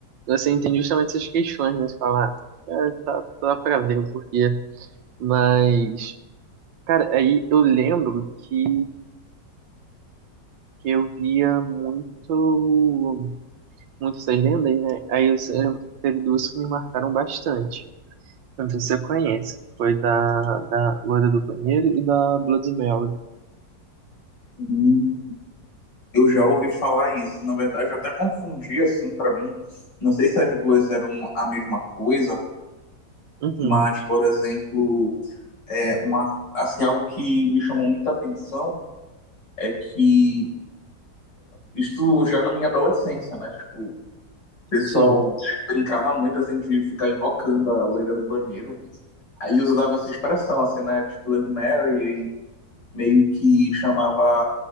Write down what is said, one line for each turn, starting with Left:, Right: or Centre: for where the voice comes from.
Right: você entende justamente essas questões, né? Você fala, "Ah, é, tá, tá pra ver o porquê. Mas, cara, aí eu lembro que, que eu via muito, muito essas lendas, né? Aí eu, eu lembro que teve duas que me marcaram bastante. Não sei se você conhece, que foi da, da Loira do Banheiro e da Bloody Mary.
Left: Hum. Eu já ouvi falar isso. Na verdade, eu até confundi, assim, pra mim. Não sei se as duas eram a mesma coisa,
Right: Uhum,
Left: mas, por exemplo, é uma, assim, algo que me chamou muita atenção é que Isso já na minha adolescência, né? Tipo, o pessoal
Right: sim.
Left: brincava muito, assim, de ficar invocando a loira do banheiro. Aí usava essa expressão, assim, né? Tipo, Bloody Mary, e meio que chamava